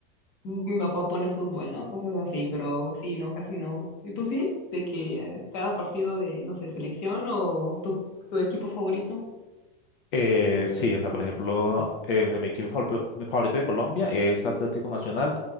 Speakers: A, on the left; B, on the left.
A: mi papá pone fútbol, ¿no? Cosas así, pero sí, no, casi no. ¿Y tú sí? De que eh, cada partido de, no sé, selección o tu, tu equipo favorito.
B: Eh, sí, o sea, por ejemplo, eh, de mi equipo favor- mi favorito de Colombia es Atlético Nacional,